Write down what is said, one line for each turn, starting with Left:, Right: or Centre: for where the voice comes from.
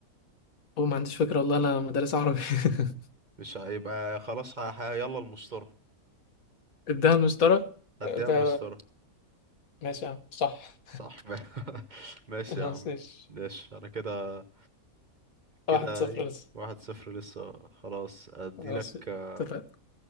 Left: وما عنديش فكرة والله أنا مدرس عربي <laughs>
Right: مش هيبقى خلاص ه... ه... يلا المشتري
Left: ادها المشتري
Right: هديها
Left: ده
Right: المشتري
Left: ماشي يا عم صح
Right: صح <laughs> ماشي
Left: <laughs> خلاص
Right: يا عم
Left: ماشي
Right: ماشي انا كده كده
Left: واحد صفر
Right: ايه
Left: لسه
Right: واحد صفر لسه خلاص ادي
Left: خلاص
Right: لك
Left: اتفقنا
Right: آه،